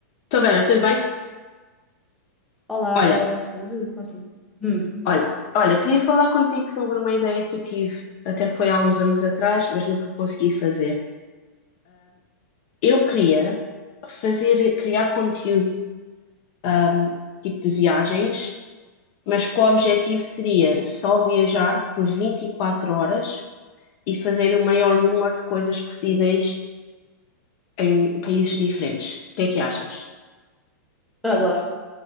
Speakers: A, on the left; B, in the centre.
A: Estou Vera, tudo bem?
B: Olá,
A: Olha,
B: Dora, tudo e contigo? Hum,
A: olha, olha, queria falar contigo sobre uma ideia que eu tive, até foi há uns anos atrás, mas nunca consegui fazer. Eu queria fazer, criar conteúdo, hum, tipo de viagens, mas que o objetivo seria só viajar por 24 horas e fazer o maior número de coisas possíveis em países diferentes. O que é que achas?
B: adoro.